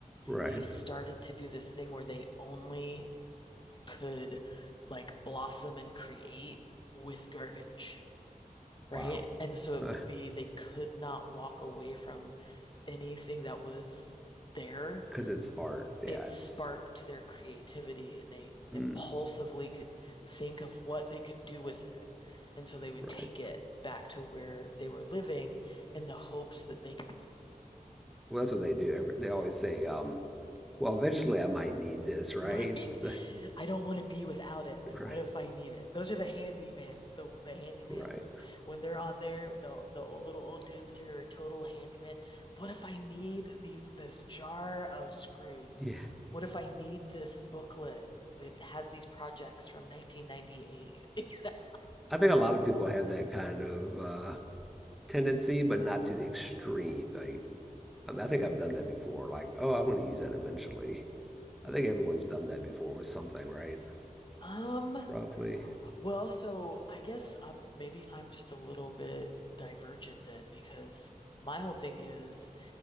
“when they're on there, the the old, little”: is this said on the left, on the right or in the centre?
Left